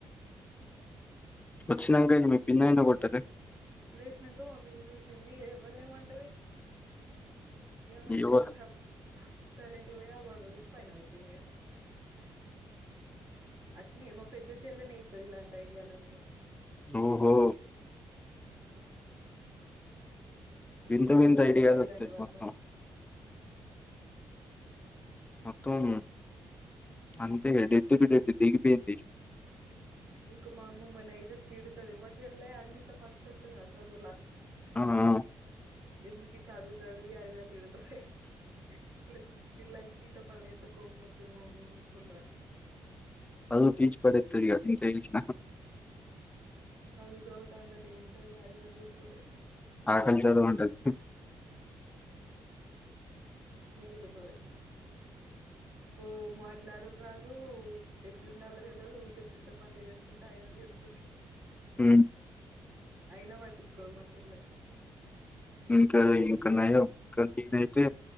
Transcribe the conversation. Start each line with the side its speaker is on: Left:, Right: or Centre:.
Left: వచ్చినంగాకాయి ని మీ భిన్నాయిన కొట్టదే
Right: లేచినాక మా పిన్ని చూసింది ఎవ్వలేమంటది ఏమనకుండా
Left: ఇవ
Right: సప్ సైలెంట్ గా పోయి ఆ గొడవ తీసి పైనా పెట్టిందిగా అట్నే మా పెద్ద చెల్లెనే అయీతది ఇలాంటి ఐడియాలన్నీ
Left: ఓహో
Right: హ నెంబర్
Left: వింత వింత
Right: వన్ దీంట్లో
Left: ఐడియాలు
Right: ఇలాంటి
Left: వస్తాయి
Right: వాట్ల
Left: మొత్తం మొత్తం అంతే డెట్కి పోయింది దిగిపోయింది
Right: ఇంకా మా అమమ్మనేతే తిడతది మా చెల్లై అన్నిట్ల ఫస్ట్ వస్తదిగా చదువుల
Left: అవునా
Right: ఎందుకి చదువు చదివి అది ఇది అని తీడతాది తీటప్పనులే ఏతే కోపం వస్తది మా అమమ్మకు ఫుల్లుగా
Left: అద తీచి పడేతురిగా నేను తేల్చనా
Right: చదువు చదువుతంది అటు ఏం చదువులు ఇది అని తిడ్ తది
Left: ఆకలి చదువు అంటది
Right: <unintelligible> ఉ మాట్లాడురు రాదు దు ఎట్లుండాలో తెలవదు ఉకీ ఇంట్లో పనులు చేసుకుంటే అద్ ఇద్ అని తీడతాది
Left: ఉమ్.
Right: అయినా పట్టించుకోదు మా చెల్లే.
Left: ఇంకా ఇంకాన్నాయం ఇంకాదీనైతే.